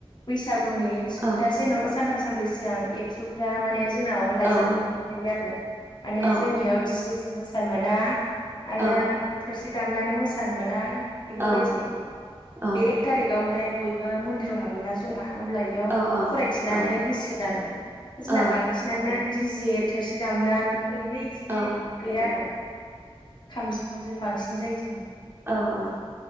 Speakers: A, on the left; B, on the right.
A: बैसाग गुनि सप्तासे
B: औ
A: नङा सानथाम सानब्रै सिगां एबसु फ्रा‌ माने जोंनाव लाइजाम
B: औ
A: हरखायो आरो माने
B: औ
A: जोंनियाव दिजे जों मोसा सान मोना आरो
B: औ
A: थोरसि दामनानै मोसानो मोना बेफोरबायदि
B: औ औ
A: बे एक थारिकआवहाय मो मन्दिराव हाबोना जमा अब्ला इयाव
B: औ
A: फरायथिनानै
B: औ
A: होसिगोन आरो जोंना
B: औ
A: बांसिनानो जि जे थोरसि दामना ओरैनो इदि
B: औ
A: गैया आरो खाम सिफुंजों बांसिन जायो जोङो
B: औ ओं